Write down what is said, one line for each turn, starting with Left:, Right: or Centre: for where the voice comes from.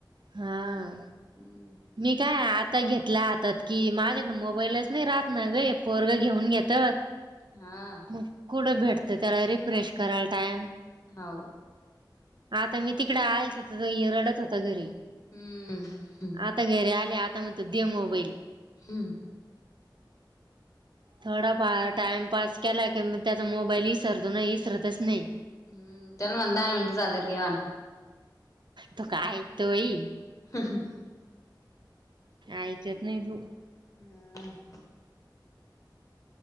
Right: हा
Left: हम्म
Right: मी काय आ आता घेतल्या हातात की माझ्याकडं मोबाईलच नाही राहत ना गं हे पोरगं घेऊन येतं
Left: हा
Right: मग कुठं भेटतं त्याला रिफ्रेश करायला टाइम
Left: हो
Right: आता मी तिकडे आलते तर हा रडत होता घरी
Left: हम्म ह्
Right: आता घरी आले आता म्हणतो दे मोबाईल
Left: हम्म
Right: थोडा फार टाइम पास केलाय कि मग त्याचा मोबाईल विसरतो ना विसरतच नाही
Left: हम्म चल म दहा मिनिटं झाल्यावर घे म्हण
Right: तो काय ऐकतो होय
Left: हम ह
Right: ऐकत नाही तू
Left: हम्